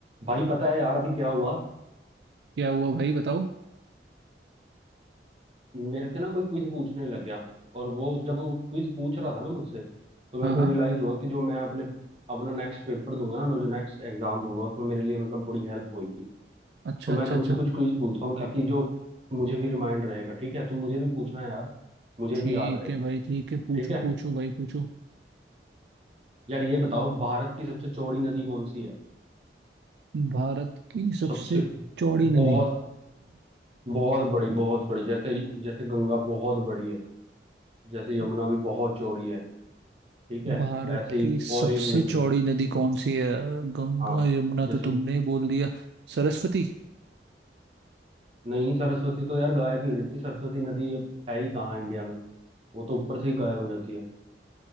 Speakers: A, on the right; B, on the right.
A: भाई पता है यार अभी क्या हुआ
B: क्या हुआ भाई बताओ
A: मेरे से ना कोई क्विज पूछने लग गया और वो जब वो क्विज पूछ रहा था ना मुझसे तो मेरे
B: हाँ
A: को
B: हाँ
A: रियलाइज हुआ कि जो मैं अपने अपना नेक्स्ट पेपर दूंगा ना जो नेक्स्ट एग्जाम दूंगा उसमें मेरे लिए मतलब बड़ी हेल्प होगी
B: अच्छा
A: तो मैं
B: अच्छा
A: तुमसे
B: अच्छा
A: कुछ क्विज पूछता हूँ ताकि जो मुझे भी रिमाइंड रहेगा ठीक है तुम मुझे भी पूछना यार मुझे
B: ठीक
A: भी याद रहे
B: है भाई ठीक है पूछो
A: ठीक है
B: पूछो भाई पूछो
A: यार ये बताओ भारत की सबसे चौड़ी नदी कौन सी है
B: भारत की सबसे
A: सबसे
B: चौड़ी नदी
A: बहुत बहुत बड़ी बहुत बड़ी जैसे जैसे गंगा बहुत बड़ी है जैसे
B: <clears throat>
A: यमुना भी बहुत चौड़ी है ठीक है
B: भारत
A: ऐसे ही
B: की सबसे
A: और एक नदी
B: चौड़ी
A: है
B: नदी कौन सी है गंगा
A: हाँ
B: यमुना
A: जैसे
B: तो तुमने ही बोल दिया सरस्वती
A: नहीं सरस्वती तो यार गायब ही हो जाती है। सरस्वती नदी अब है ही कहाँ इंडिया में वो तो ऊपर से ही गायब हो जाती है